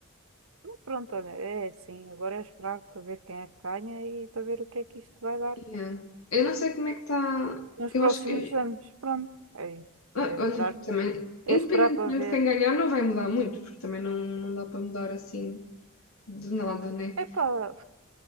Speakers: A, on the right; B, on the left.
A: pronto, olha, é assim. Agora é esperar para ver quem é que ganha e para ver o que é que isto vai dar.
B: Yeah. Eu não sei como é que está.
A: nos
B: Eu
A: próximos
B: acho que
A: anos. Pronto, é isso.
B: Ah,
A: É esperar,
B: olha, também,
A: é
B: independentemente
A: esperar para ver.
B: de quem ganhar, não vai mudar muito, porque também não, não dá para mudar assim de nada, né?
A: Epá,